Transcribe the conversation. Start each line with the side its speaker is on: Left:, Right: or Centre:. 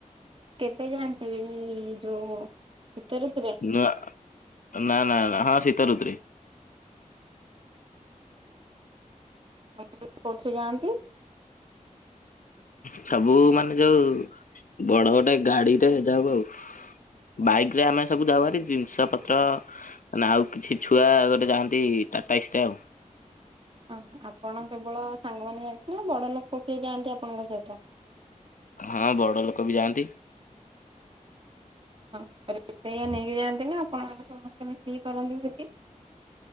Right: କେବେ ଯାନ୍ତି ଏ ଯୋଉ ଋତୁରେ
Left: ନା ନା ନା ନା ହଁ ଶୀତ ଋତୁରେ।
Right: ହ କୋଉଥିରେ ଯାଆନ୍ତି?
Left: ସବୁ ମାନେ ଯୋଉ ବଡ ଗୋଟେ ଗାଡିରେ ଯାଉ ଆଉ ବାଇକରେ ଆମେ ସବୁ ଯାଉଭାରି ଜିନିଷ ପତ୍ର ନା ଆଉ କିଛି ଛୁଆ ଗୋଟେ ଯାଆନ୍ତି ଟାଟା ଶିରେ ଆଉ।
Right: ଅହ ଆପଣ କେବଳ ସାଙ୍ଗମାନେ ଯାଆନ୍ତି ନା ବଡ ଲୋକ କେହି ଯାଆନ୍ତି ଆପଣଙ୍କ ସହିତ?
Left: ହଁ ବଡ ଲୋକ ବି ଯାଆନ୍ତି।
Right: ହଁ ରୋଷିଆ ନେଇକି ଯାଆନ୍ତି ନା ଆପଣମାନେ ସମସ୍ତେ ମିଶିକି କରନ୍ତି ଭୋଜି?